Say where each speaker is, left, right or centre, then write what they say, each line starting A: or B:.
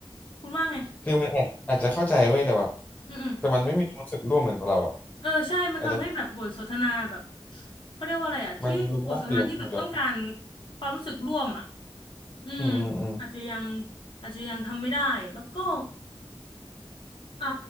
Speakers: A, on the left; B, on the left.
A: คุณว่าไง
B: คือมันอาจอาจจะเข้าใจเว้ยแต่แบบ
A: อืมอืม
B: แต่มันไม่มีความรู้สึกร่วมเหมือนกับเราอ่ะ
A: เออใช่มันทำให้แบบบทสนทนาแบบ
B: อาจจะ
A: เขาเรียกว่าอะไรอ่ะที่บทสนทนาที่แบบต้องการ
B: มันรู้ว่าคือมันย้อน
A: ความรู้สึกร่วมอ่ะอืม
B: อืมอืมอืม
A: อาจจะยังอาจจะยังทำไม่ได้แล้วก็อ่า